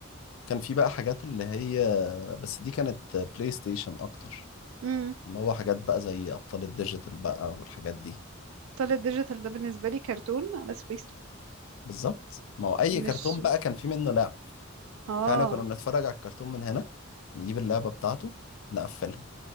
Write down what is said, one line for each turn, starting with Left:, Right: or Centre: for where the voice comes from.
Left: كان في بقى حاجات اللي هي بس دي كانت بلاي ستيشن اكتر
Right: امم
Left: اللي هو حاجات بقى زي ابطال الديجيتال بقى والحاجات دي
Right: طلع الديجيتال ده بالنسبة لي كرتون على سبيستون
Left: بالظبط ما هو اي
Right: مش
Left: كرتون بقى كان في منه لعب
Right: اه
Left: فاحنا كنا بنتفرج على الكرتون من هنا نجيب اللعبة بتاعته نقفلها